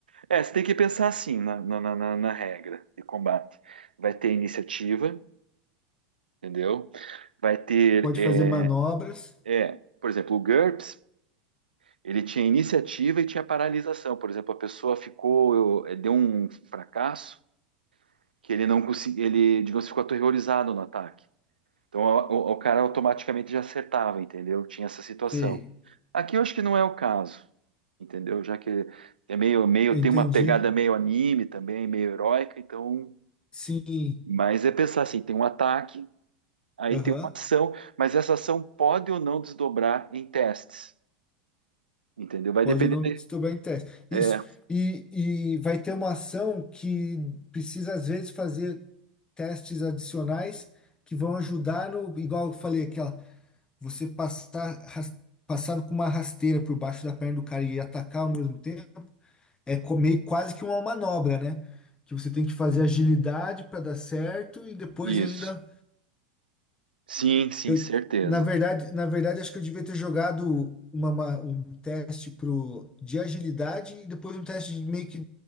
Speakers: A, on the right; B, on the left.
A: É, você tem que pensar assim na, na, na, na- na regra de combate. Vai ter iniciativa, entendeu? Vai ter,
B: Pode
A: é,
B: fazer manobras.
A: é, por exemplo, o GURPS, ele tinha iniciativa e tinha paralisação. Por exemplo, a pessoa ficou, eu- deu um fracasso que ele não conseguiu, ele, digamos, ficou aterrorizado no ataque. Então, o, o- o cara automaticamente já acertava, entendeu? Tinha essa situação.
B: Sei.
A: Aqui eu acho que não é o caso, entendeu? Já que é meio, meio,
B: Entendi.
A: tem uma pegada meio anime também, meio heróica, então.
B: Sim.
A: Mas é pensar assim: tem um ataque, aí
B: Aham.
A: tem uma ação, mas essa ação pode ou não desdobrar em testes, entendeu? Vai
B: Pode
A: depender.
B: não estourar em teste. Isso.
A: É,
B: E, e vai ter uma ação que precisa, às vezes, fazer testes adicionais que vão ajudar no. Igual eu falei, aquela. Você passar, ras- passar com uma rasteira por baixo da perna do cara e atacar ao mesmo é comer quase que uma manobra, né? Que você tem que fazer agilidade para dar certo e depois
A: isso.
B: ainda
A: Sim, sim,
B: eu
A: certeza.
B: na verdade, na verdade acho que eu devia ter jogado uma, ma- um teste pro de agilidade e depois um teste de meio que